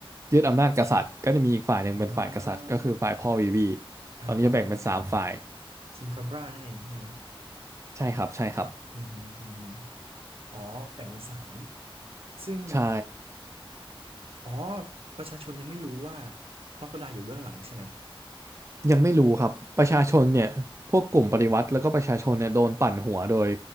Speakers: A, on the right; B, on the right.
A: ยึดอำนาจกษัตริย์ก็จะมีอีกฝ่ายหนึ่งเป็นฝ่ายกษัตริย์ก็คือฝ่ายพ่อวีวี
B: อ่าอ่าอ่าอ่าอ่า
A: ตอนนี้จะแบ่งเป็นสามฝ่าย
B: คิงคอบรานั่นเองใช่ไหม
A: ใช่ครับใช่ครับ
B: อือฮือือฮืออ๋อแบ่งเป็นสามซึ่ง
A: ใช่
B: อ๋อประชาชนยังไม่รู้ว่าค o อ o ได l e อยู่เบื้องหลังใช่ไหม
A: ยังไม่รู้ครับประชาชนเนี่ยพวกกลุ่มปฏิวัติแล้วก็ประชาชนเนี่ยโดนปั่นหัวโดย